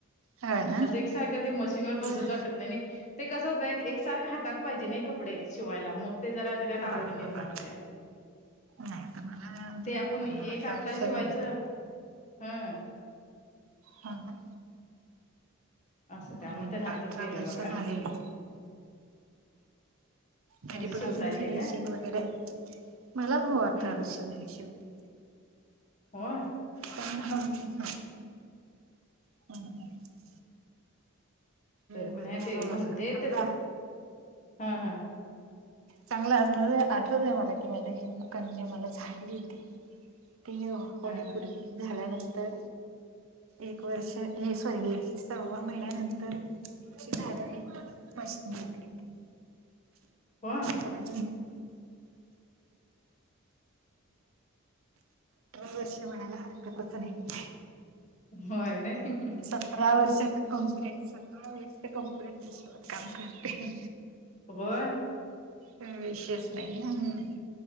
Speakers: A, on the right (about 75°); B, on the left (about 35°).
A: ह ना
B: असं एक सारखं ते मशीनवर
A: अच्छा
B: बसूचं वाटत नाहीनी. ते कसं होतंय एकसारखं हातात पाहिजे नाही कपडे शिवायला मग. ते जरा त्याच्यात
A: बरोबर
B: आवडी निर्माण
A: बरोबर
B: होत्या.
A: नाही तर मला झाले
B: ते आपण
A: आता
B: एक
A: मला अठरा
B: आत्ता
A: वर्ष
B: शिवायचं
A: झालेली
B: हं
A: हा हा
B: असं त्यामुळे
A: मला
B: ते राहतच
A: अठरा
B: गेलेय
A: वर्ष
B: बघा.
A: झालेली तरी
B: म्हणजे शिवता
A: पण अजून
B: येते
A: फिनिशिंग
B: काय
A: वगैरे मला हो अठरा
B: हा हा
A: वर्ष झाली शेवटी
B: होय?
A: प ह ह <unintelligible> हम् <unintelligible>
B: तरी पण
A: मला
B: हाय तेम्हणतेत
A: चांगला
B: कां हा
A: चांगलं आठ आठवतय, मला की माझी कन्या मला झाली होती. ती, होण्यापूर्वी
B: हा हा
A: झाल्यानंतर एक वर्षे ये सोयली सव्वा महिन्यानंतर <inaudible> मशीन घेतली होती.
B: होय.
A: <unintelligible> अठरा वर्ष म्हणायला हरकतचं नाहीे.
B: होय, नाय अहह
A: सतरा वर्ष तर कंप्लीट सतरा वर्ष कंप्लीट मशीन वर काम करते.
B: होय.
A: विशेष नाही हम.